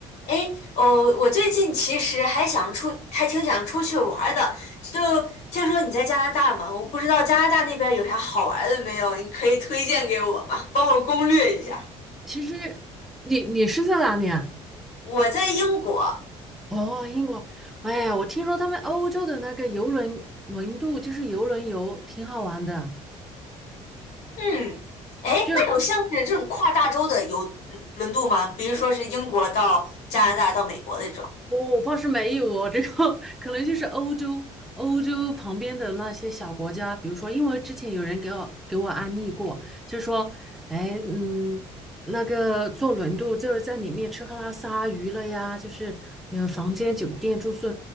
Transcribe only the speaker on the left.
哎，哦，我最近其实还想出，还挺想出去玩儿的。就听说你在加拿大嘛，我不知道加拿大那边有啥好玩儿的没有，你可以推荐给我吗？帮我攻略一下。
我在英国，
嗯，哎，
那有像是这种跨大洲的游轮渡吗？比如说是英国到加拿大到美国的这种。